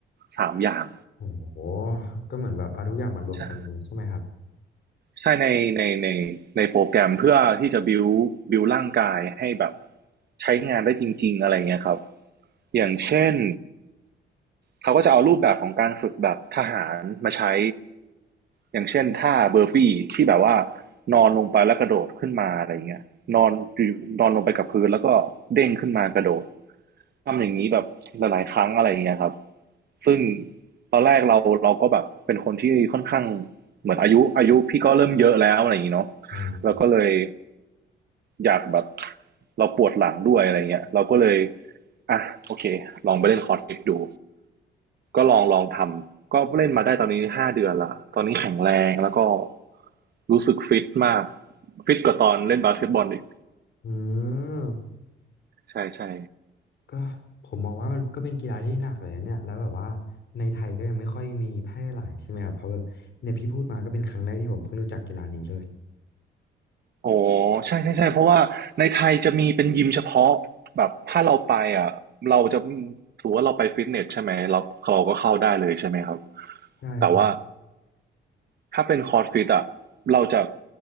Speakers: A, on the right; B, on the left.
A: สามอย่าง
B: โอ้โหก็เหมือนแบบเอาทุกอย่างมารวมกันเลยใช่ไหมครับ
A: ใช่ใช่ในในในในโปรแกรมเพื่อที่จะบิวบิวร่างกายให้แบบใช้งานได้จริงๆอะไรเงี้ยครับอย่างเช่น เขาก็จะเอารูปแบบของการฝึกแบบทหารมาใช้อย่างเช่นท่าเบอร์ปี้ที่แบบว่านอนลงไปแล้วกระโดดขึ้นมาอะไรเงี้ยนอนนอนลงไปกับพื้นแล้วก็เด้งขึ้นมากระโดด ทำอย่างนี้แบบหลายๆครั้งอะไรเงี้ยครับซึ่งตอนแรกเราเราก็แบบเป็นคนที่ค่อนข้างเหมือนอายุอายุพี่ก็เริ่มเยอะแล้วอะไรอย่างนี้เนาะ
B: อ๋อ
A: เราก็เลยอยากแบบเราปวดหลังด้วยอะไรเงี้ยเราก็เลยอ่ะโอเคลองไปเล่นคอร์สฟิตดู ก็ลองลองทำก็เล่นมาได้ตอนนี้ห้าเดือนละตอนนี้แข็งแรงแล้วก็รู้สึกฟิตมากฟิตกว่าตอนเล่นบาสเกตบอลอีก
B: อืม
A: ใช่ใช่
B: ก็ผมมองว่ามันก็เป็นกีฬาที่หนักเลยนะเนี่ยแล้วแบบว่าในไทยก็ยังไม่ค่อยมีแพร่หลายใช่ไหมครับเพราะแบบเนี่ยพี่พูดมาก็เป็นครั้งแรกที่ผมเพิ่งรู้จักกีฬานี้เลย
A: โอ้ใช่ใช่ใช่เพราะว่าในไทยจะมีเป็นยิมเฉพาะแบบถ้าเราไปอ่ะเราจะถือว่าเราไปฟิตเนสใช่ไหมเราเราก็เข้าได้เลยใช่ไหมครับ
B: ใช่ครับ
A: แต่ว่าถ้าเป็นคอร์สฟิตอ่ะเราจะ